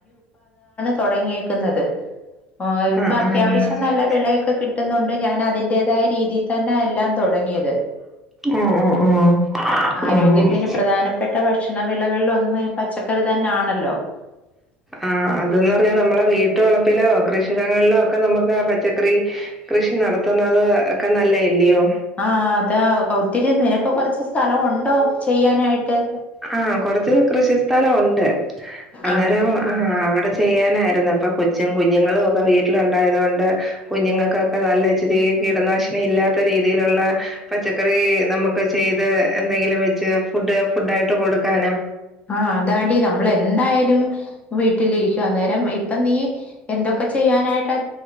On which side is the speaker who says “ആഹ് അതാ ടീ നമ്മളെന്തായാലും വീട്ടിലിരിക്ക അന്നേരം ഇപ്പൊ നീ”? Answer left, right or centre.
Left